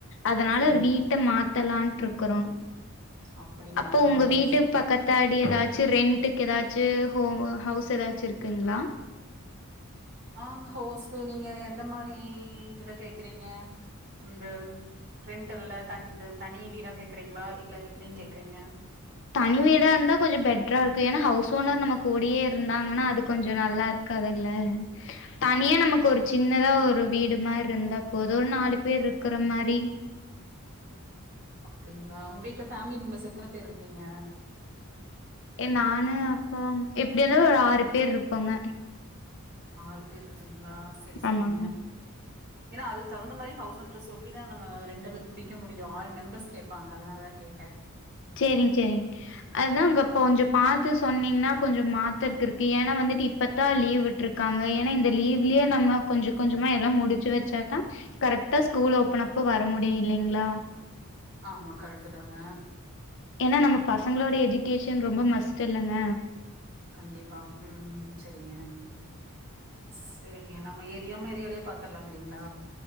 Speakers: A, on the left (about 55°); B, on the right (about 50°).
A: அதனால
B: சரிங்க
A: வீட்ட மாத்தலான்ட்டு இருக் க்குறோ
B: அப்படிங்களா
A: அப்ப உங்க
B: நல்ல
A: வீட்டுக்கு
B: விஷயம்தா
A: பக்கத் த்தாடி எதாச்சு ரெண்ட்டக்கு எதாச்சு ஹோ ஹவுஸ் எதாச்சு இருக்குங்ளா
B: ஆ ஹோசு நீங்க எந்த மாரி இதுல கேக்குறீங்க இந்த ரெண்ட்டெல்ல த இந்த தனி வீடா கேக்குறீங்ளா இல்ல எப்டின்னு கேக்குறீங்க
A: தனி வீடா இருந்தா கொஞ்சோ பெட்ரா இருக்கு ஏன்னா ஹவுஸ் ஓனர் நம்ம கூடயே இருந்தாங்கன்னா அது கொஞ்சோ நல்லா இருக் க்காதுல தனியா நமக்கு ஒரு சின்னதா ஒரு வீடு மாரி இருந்தா போது ஒரு நாலு பேர்யிருக்கிற மாரி
B: அப்டிங்ளா உங்க வீட்ல ஃபேமிலி மெம்பர்ஸ் எத்தன பேர் இருப்பீங்க
A: ஏ நானு அப்பா எப்டி இருந்தாலு ஒரு ஆறு பேரு இருப்போங்க
B: ஆறு பேர் இருப்பீங்ளா செரி செரிங்க
A: ஆமாங்
B: ஏன்னா அதுக்கு தகுந்த மாரி ஹவுஸ் ஓணர்ட்ட சொல்லி தா நம்ம ரெண்டலுக்கு புடிக்க முடியு ஆள் மெம்பர்ஸ் கேப் ப்பாங்க அதனால தா கேட்டே
A: சேரிங் சேரிங் அதுதா அங்க கொஞ்சோ பாத்து சொன்னீங்கன்னா கொஞ்சோ மாத்தருக்கு இருக்கு ஏன்னா வந்துட்டு இப்பத்தா லீவ் விட் டிருக்காங்க ஏன்னா இந்த லீவ்லயே நம்ம கொஞ்சோ கொஞ்சமா எல்லா முடிச்சு வெச்சாதா கரெக்டா ஸ்கூல் ஓபன் அப்ப வர முடியு இல்லிங்ளா
B: ஆமா கரெக்ட்டு தாங்க
A: ஏன்னா நம்ம பசங்களோட எஜுகேஷன் ரொம்ப மஸ்ட் இல்லங்க
B: கண்டிப்பா ம் ம் செரிங்க செரிங்க நம்ம ஏரியாமரியலே பாத்லாங்கறீங்களா